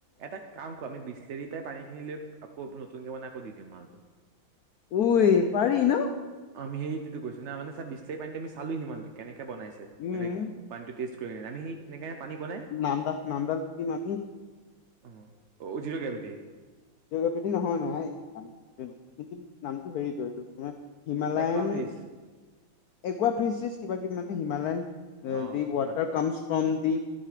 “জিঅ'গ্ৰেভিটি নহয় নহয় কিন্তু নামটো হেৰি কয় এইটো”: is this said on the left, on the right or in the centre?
Left